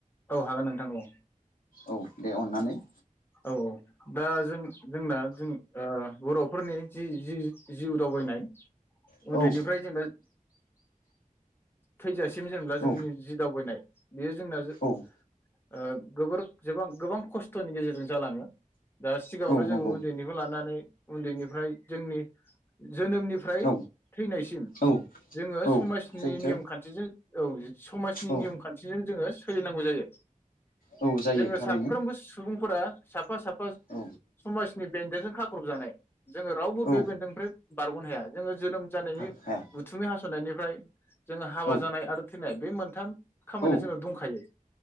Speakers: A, on the left; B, on the left.
A: औ हागोन नोंथां औ
B: औ दे अन्नानै ।
A: औ दा जों जोंना जों ओ बर'फोरनि जि-जि-जिउ दावबायनाय
B: औ
A: उन्दैनिफ्राय जेनेबा थैजा सिम जेनेब्ला
B: औ
A: जोंनि जि दावबायनाय बेयो जोंना जो
B: औ
A: ओ जोबोर जोबां-गोबां खस्थ'नि गेजेरजों जालाङो दा सिगाङावनो
B: औ
A: जोङो
B: नंगौ
A: उन्दैनिखौ लानानै उन्दैनि फ्राय जोंनि जोनोमनिफ्राय
B: औ
A: थैनायसिम
B: औ
A: जोङो
B: औ
A: समाजनि
B: सैथो
A: नियम खान्थिजों औ समाजनि
B: औ
A: नियमखान्थिजों जोङो सोलिनांगौ जायो ।
B: औ जायो
A: जोङो
B: थारैनो
A: साफ्रोमबो सुबुं फोरा सा फा साफा
B: औ
A: समाजनि बेन्दोंजों खाख्रबजानाय । जोङो रावबो
B: औ
A: बे बेन्दोंनिफ्राय बारग'नो हाया जोङो जोनोम जानायनि
B: हाया
A: उथुमि हास'नायनि फ्राय जोङो हाबा
B: औ
A: जानाय आरो थैनाय बे मोनथाम खामानिया
B: औ
A: जोङो दंखायो